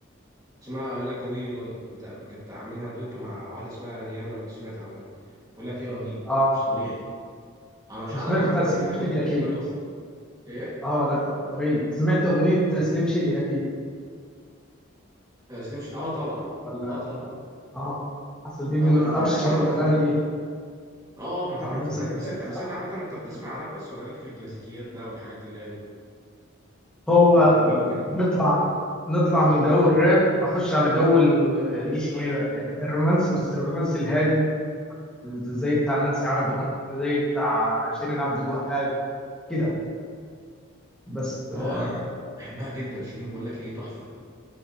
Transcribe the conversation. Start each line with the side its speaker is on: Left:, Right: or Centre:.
Right: اسمها لايك ذا واي يو لاي بتاع كانت عاملها دويتو مع واحده اسمها ريانا لو سمعت عنها بقول لك ايه رهيب
Centre: اه
Right: مش طبيعي انا ارشح
Centre: وسمعت
Right: لك عامه
Centre: بتاعت سليم
Right: امينيم
Centre: شادي
Right: اغانيه
Centre: اكيد
Right: كلها تحفه ايه
Centre: اه لا طريقة سمعت اغنية سليم شادي اكيد
Right: آه، سليم ش... اه طبعا
Centre: ولا
Right: اه طبعا
Centre: اه اصل دي
Right: طبعا
Centre: من
Right: انا
Centre: اشهر
Right: متابع امينيم
Centre: الاغاني
Right: من زمان
Centre: ليه
Right: اه متابع
Centre: اه
Right: من
Centre: نفس
Right: زمان
Centre: الحكاية
Right: بس انت
Centre: الصراحة
Right: بس انت عامه انت بتسمع
Centre: مم.
Right: راب بس ولا ليك في الكلاسيكيات بقى والحاجات اللي هي
Centre: هو
Right: المطربين وكده
Centre: نطلع نطلع من جو الراب اخش على جو ال- اللي اسمه ايه ده يعني الرومانسي بس الرومانسي الهادي زي بتاع نانسي عجرم زي بتاع شيرين عبد الوهاب كده بس آه،
Right: اه انا بحبها جدا شيرين بقول لك ايه تحفه